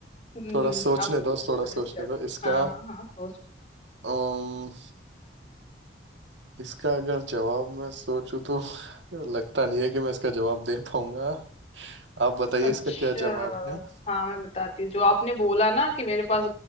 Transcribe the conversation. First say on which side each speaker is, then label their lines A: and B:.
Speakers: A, on the left; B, on the right.
A: हुँ,
B: थोड़ा
A: हुँ।
B: सोचने
A: आप
B: दो
A: रिवाइज़
B: थोड़ा सोचने
A: कर
B: दो इसका
A: हाँ, हाँ, हाँ, सोच लो।
B: अम, इसका अगर जवाब मैं सोचूं तो लगता नहीं है कि मैं इसका जवाब दे पाऊंगा आप बताइए
A: अच्छा,
B: इसका क्या जवाब है
A: हाँ, मैं बताती हूँ। जो आपने बोला ना कि मेरे पास